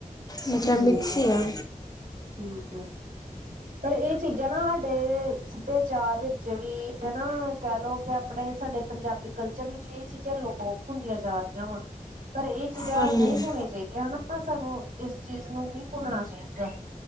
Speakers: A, on the left; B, on the right.
A: ਮਤਲਬ
B: ਠੀਕ
A: ਮਿਕਸ
B: ਹੈ
A: ਹੀ ਐ।
B: ਠੀਕ ਹੈ। ਪਰ ਇਹ ਚੀਜ਼ਾਂ ਨਾ ਸਾਡੇ ਸੱਭਿਆਚਾਰ ਵਿੱਚ ਵੀ, ਹੈਨਾ, ਕਹਿ ਲਓ ਕਿ ਆਪਣੇ, ਸਾਡੇ ਪੰਜਾਬ ਕਲਚਰ ਵਿੱਚ ਇਹ ਚੀਜ਼ਾਂ ਲੋਪ ਹੁੰਦੀਆਂ ਜਾ ਰਹੀਆਂ ਵਾ, ਪਰ ਇਹ ਚੀਜ਼ਾਂ
A: ਹਾਂਜੀ
B: ਨਹੀਂ ਹੋਣੀਆਂ ਹਾਂ ਹਾਂ, ਸਾਨੂੰ ਇਸ ਚੀਜ਼ ਨੂੰ ਨੀ ਭੁੱਲਣਾ ਚਾਹੀਦਾ।